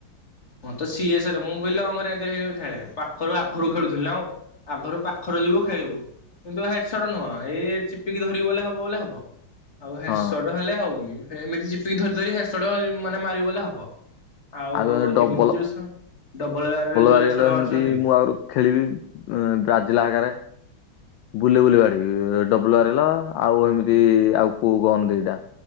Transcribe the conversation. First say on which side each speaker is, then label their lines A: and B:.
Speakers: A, on the left; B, on the left.
A: ହଁ ତ ସିଏ ସାରେ, ମୁଁ ବୁଇଲୁ ଲଙ୍ଗରେ <unintelligible> ଖେଳେ। ପାଖରୁ ଆଖରୁ ଖେଳୁଥିଲ ନାଁ ଆଉ। ଆଗରୁ ପାଖରୁ ଯିବ ଖାଇବାକୁ। କିନ୍ତୁ ହେଡସଟ ନୁହଁ ଏଇ ଚିପିକି ଧରିବୁ ବୋଲେ ହବ ବଲେ ହବ। ଆଉ ହେଡସଟ
B: ହଁ
A: ହେଲେ ହଉନି ଏମିତି ଚିପିକି ଧରି ଧରି ହେଡସଟ ମାନେ ମାରିବ ଗଲେ ହବ। ଆଉ
B: ଆଗ ଡବଲ
A: ଏମିତି ଯୋଉ ସ ଡବଲ ଗାରରେ ଯୋଉ
B: ବାଡେଇଲେ
A: ହେଡସଟ
B: ସେମିତି
A: ମାରୁଛନ୍ତି।
B: ମୁଁ ଆହୁରି ଖେଳିବି ବ୍ରାଜିଲା ଆଗରେ। ବୁଲି ବୁଲି ବାଡେଇବି ଡବ୍ଲୁ ଆରଲ ଆଉ ଏମିତି, ଆଉ କୋଉ ଗନ ଦିଟା।